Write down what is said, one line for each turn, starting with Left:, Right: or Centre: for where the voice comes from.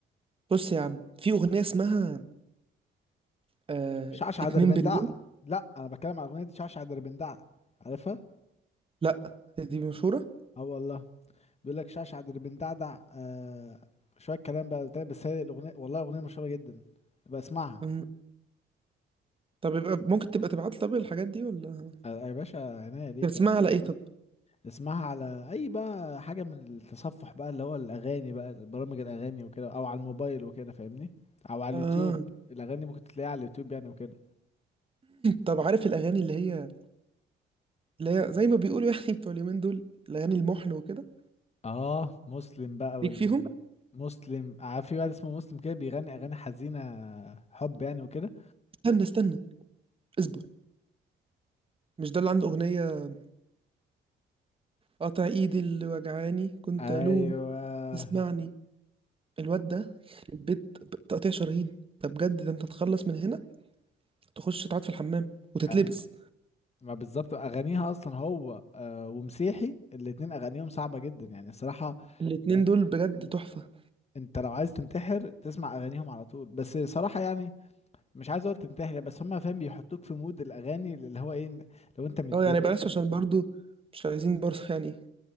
Right: بص يا عم في اغنية اسمها آه...
Left: شعشع
Right: اتنين
Left: دربندع
Right: بالليل
Left: لا انا بتكلم عن اغنيه شعشع دربندع عارفها
Right: لا دي مشهورة
Left: اه والله بيقول لك شعشع اللي بندعدع آه شويه كلام بقى تاني بس هي الاغنيه والله اغنيه مشهوره جدا يبقى اسمعها
Right: مم. طب يبقى ممكن تبقى تبعت لي طب الحاجات دي ولا
Left: آه، يا باشا عينيا ليك
Right: بتسمعها
Left: انت
Right: على ايه طب
Left: اسمعها على اي بقى حاجه من التصفح بقى اللي هو الاغاني بقى برامج الاغاني وكده او على الموبايل وكده فاهمني او على
Right: اه
Left: اليوتيوب الاغاني ممكن تلاقيها على اليوتيوب يعني وكده
Right: طب عارف الاغاني اللي هي اللي هي زي ما بيقولوا يعني <laughs> بتوع اليومين دول الاغاني المحن وكده
Left: اه مسلم بقى
Right: ليك فيهم
Left: والمسلم آه في واحد اسمه مسلم كده بيغني اغاني حزينه حب يعني وكده
Right: استنى استنى اصبر مش ده اللي عنده اغنيه قاطع ايدي اللي وجعاني كنت
Left: ايوه
Right: الوم اسمعني الواد ده يخرب بيت تقطيع شرايين ده بجد ده انت تخلص من هنا تخش تقعد في الحمام وتتلبس
Left: ايوه ما بالظبط اغانيها اصلا هو آه ومسيحي الاتنين اغانيهم صعبه جدا يعني الصراحه
Right: الاتنين
Left: ده
Right: دول بجد تحفه
Left: انت لو عايز تنتحر تسمع اغانيهم على طول بس صراحه يعني مش عايز اقول تنتحر بس هم فاهم بيحطوك في مود الاغاني اللي هو ايه لو انت متضايق
Right: اه يعني بلاش عشان برضو مش عايزين برضو <laughs> يعني